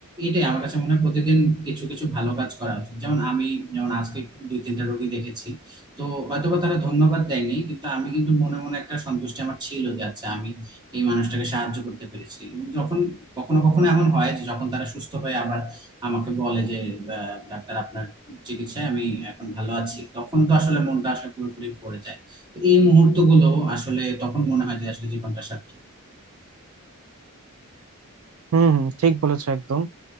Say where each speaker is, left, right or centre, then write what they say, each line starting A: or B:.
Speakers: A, on the right (about 20°); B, on the right (about 70°).
A: এটাই আমার কাছে মনে হয় প্রতিদিন কিছু কিছু ভালো কাজ করা উচিত যেমন আমি যেমন আজকে দুই তিনটা রোগী দেখেছি তো হয়তোবা তারা ধন্যবাদ দেয়নি কিন্তু আমি কিন্তু মনে মনে একটা সন্তুষ্টি আমার ছিল যে আচ্ছা আমি এই মানুষটাকে সাহায্য করতে পেরেছি এবং যখন কখনো কখনো এমন হয় যে যখন তারা সুস্থ হয়ে আবার আমাকে বলে যে আহ, ডাক্তার আপনার চিকিৎসায় আমি এখন ভালো আছি তখন তো আসলে মনটা আসলে পুরোপুরি ভরে যায় তো এই মুহূর্তগুলো আসলে তখন মনে হয় যে আসলে জীবনটা সার্থক
B: হম হম ঠিক বলেছো একদম